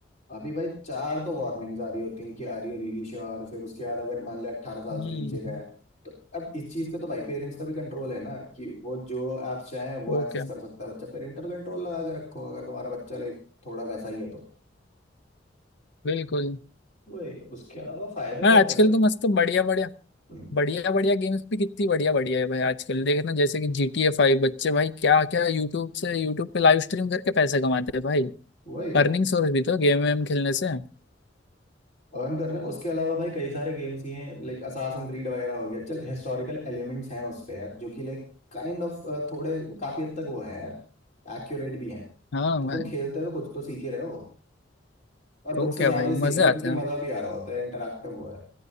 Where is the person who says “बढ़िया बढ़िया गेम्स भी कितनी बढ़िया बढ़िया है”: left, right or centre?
Left